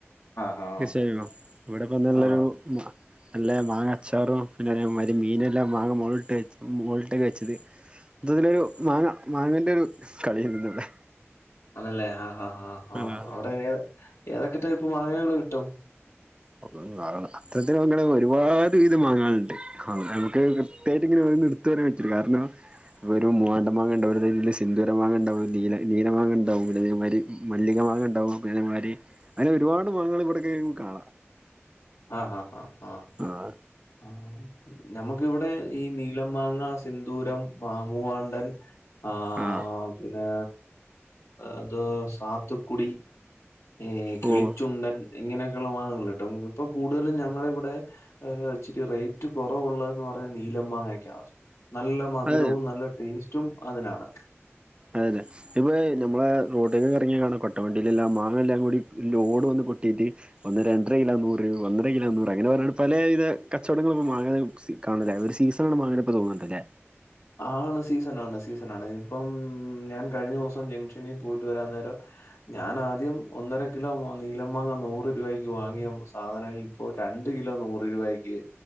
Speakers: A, on the left; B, on the right.
A: ഹാ
B: തീർച്ചയായു ഇവിടെപ്പന്താള്ളൊരു
A: ആ
B: നല്ല മാങ്ങ അച്ചാറും പിന്നെ അതെമായിരി മീനെല്ലാം മാങ്ങ മൊള് ഇട്ടെ മൊൾ ഇട്ടെക്ക് വെച്ചെത് ഇതില് രു മാങ്ങ മാങ്ങ ൻ്റെരു കളിയേന്നുന്ന് വടെ
A: ആണല്ലേ ആ ഹാ ഹാ ഹാ
B: ആഹ്
A: അവടെ ഏതൊക്കെ ടൈപ്പ് മാങ്ങകള് കിട്ടും?
B: <unintelligible> പത്രത്തിന് അങ്ങ ഒരുപാട് വീതം മാങ്ങാനുണ്ട്. നമുക്ക് കൃത്യമായിട്ട് ഇങ്ങനെ ഒരെണ്ണം ഇടുത്തു പറയാൻ പറ്റൂല കാരണം വരു മൂവാണ്ട മാങ്ങ ഉണ്ടാവു അതിൽസിന്തൂരമാങ്ങ ഉണ്ടാവു ടെ നീല നീലമാങ്ങണ്ടാവും ഇവടെ വരും മല്ലിക മാങ്ങ ഉണ്ടാവും പിന്നമാരി അങ്ങനെ ഒരുപാട് മാങ്ങകൾ ഇവിട കേറികാണാം
A: ആഹാ ഹാ ഹാ ഹാ
B: ആഹ്
A: ആ നമുക്കിവിടെ ഈ നീലമാങ്ങ, സിന്ദൂരം, മാ മൂവാണ്ടൻ ആഹ്
B: ആ
A: പിന്നെ അതോ സാത്ത്ക്കുടി ഏഹ് കിളിച്ചുണ്ടൻ
B: ഓ
A: ഇങ്ങനെയൊക്കെയുള്ള മാങ്ങകളുട്ടോ ഇപ്പൊ കൂടുതലും ഞങ്ങളെ ഇവിടെ ഏഹ് ഇച്ചിരി റേറ്റ് കൊറവുള്ള എന്ന് പറയ നീലമാങ്ങയൊക്കെയ നല്ല മധുരവും
B: അതെ
A: നല്ല ടേസ്റ്റും അതിനാണ്
B: അതെഅതെ ഇപ്പ നമ്മളെ റോട്ടിക്കൊക്കെ എറങ്ങിയ കാണ കൊട്ടവണ്ടയിലെല്ലാം മാങ്ങ എല്ലാം കൂടി ലോഡ് വന്ന് കൊട്ടിയിട്ട് ഒന്ന് രണ്ടര കിലോ നൂറ് ഒന്നര കിലോ നൂറ് അങ്ങനെ പറഞ്ഞ പലേ ഇത് കച്ചവടങ്ങളും ഇപ്പൊ മാങ്ങാ സീ കാണുലെ ഒരു സീസണണ് മാങ്ങന്റെപ്പോ തോന്ന്ണ്ടല്ലേ
A: ആണ് സീസണാണ് സീസണാണ് ഇപ്പം ഞാൻ കഴിഞ്ഞ ദിവസം ജംഗ്ഷനിൽ പോയിട്ട് വരാൻ നേരം ഞാൻ ആദ്യം ഒന്നര കിലോ നീലം മാങ്ങ നൂറ് രൂപക്ക് വാങ്ങിയ സാധനം ഇപ്പോ ഇപ്പൊ രണ്ട് കിലോ നൂറ് രൂപക്ക്